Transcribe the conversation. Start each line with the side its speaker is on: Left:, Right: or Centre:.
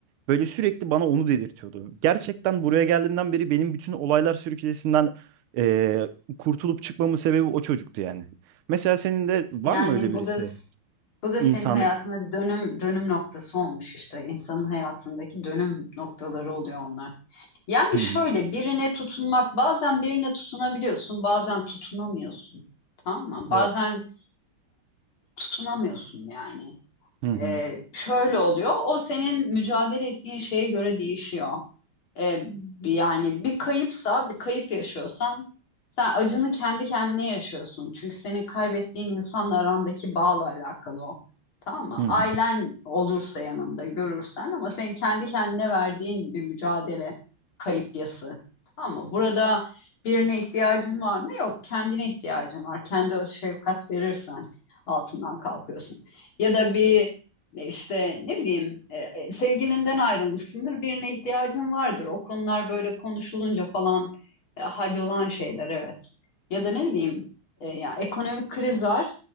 Right: böyle sürekli bana onu dedirtiyordu. Gerçekten buraya geldiğimden beri benim bütün olaylar sürüklesinden e, kurtulup çıkmamın sebebi o çocuktu yani. Mesela senin de var
Left: Yani
Right: mı öyle birisi?
Left: bu da bu da
Right: İnsan.
Left: senin hayatında bir dönüm dönüm noktası olmuş işte insanın hayatındaki dönüm noktaları oluyor onlar. Yani
Right: Hı
Left: şöyle
Right: hı.
Left: birine tutunmak bazen birine tutunabiliyorsun bazen tutunamıyorsun tamam mı? Bazen
Right: Evet.
Left: tutunamıyorsun yani.
Right: Hı hı.
Left: Ee, şöyle oluyor o senin mücadele ettiğin şeye göre değişiyor. E, yani bir kayıpsa, bir kayıp yaşıyorsan sen acını kendi kendine yaşıyorsun. Çünkü senin kaybettiğin insanla arandaki bağla alakalı o. Tamam mı?
Right: Hı hı.
Left: Ailen olursa yanında görürsen ama senin kendi kendine verdiğin bir mücadele kayıp yası. Tamam mı? Burada birine ihtiyacın var mı? Yok. Kendine ihtiyacın var. Kendi öz şefkat verirsen altından kalkıyorsun. Ya da bir e, işte ne bileyim e, e, sevgilinden ayrılmışsındır birine ihtiyacın vardır. O konular böyle konuşulunca falan e, hallolan şeyler evet. Ya da ne bileyim e, ya ekonomik kriz var